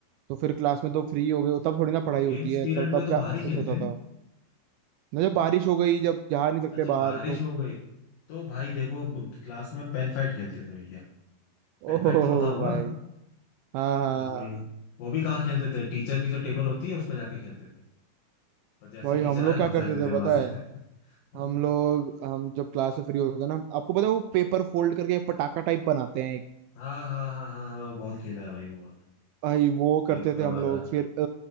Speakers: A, on the right; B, on the left.
A: तो फिर क्लास में तो फ्री हो गए तब थोड़ी ना पढ़ाई
B: गेम्स
A: होती है
B: पीरियड
A: तो तब
B: में
A: क्या
B: तो बाहर ही
A: कुछ
B: खेलते
A: होता था
B: हैं
A: ना जब बारिश हो गई जब जा नहीं सकते
B: अच्छा
A: बाहर
B: बारिश
A: तो
B: हो गई तो भाई देखो ब- क्लास में हम पेन फाइट खेलते थे भैया पेन
A: ओहो
B: फाइट तो पता होगा
A: भाई हाँ हाँ
B: हाँ, वही
A: हाँ हाँ।
B: वो भी कहाँ खेलते थे टीचर की जो टेबल होती है उस पर जाके खेलते थे और जैसे
A: भाई
B: ही टीचर
A: हम
B: आए
A: लोग क्या
B: भग जाते
A: करते थे
B: थे वहां
A: पता
B: से
A: है हम लोग
B: <laughs>
A: हम जब क्लास से फ्री होते थे ना आपको पता है वो पेपर फोल्ड करके पटाखा टाइप बनाते हैं एक
B: हाँ हाँ हाँ हाँ हाँ वो बहुत खेला है भाई वो
A: भाई वो
B: पेपर
A: करते थे हम
B: वाला
A: लोग फिर अ,